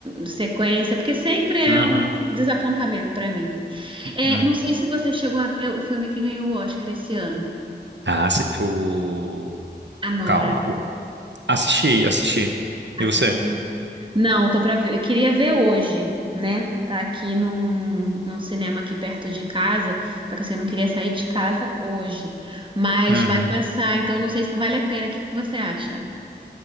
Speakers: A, on the right; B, on the right.
A: sequência, porque sempre é
B: Uhum,
A: um desapontamento pra mim. É,
B: hum.
A: não sei se você chegou a ver o filme que ganhou o Oscar esse ano,
B: Ah, assi- o...
A: Anora.
B: Calma. o- Assisti, assisti.
A: Assistiu?
B: E você?
A: Não, tô pra ver. Eu queria ver hoje, né? Tá aqui num, num cinema aqui perto de casa. Só que assim, eu não queria sair de casa hoje. Mas
B: Uhum.
A: vai passar, então não sei se vale a pena. O que que você acha?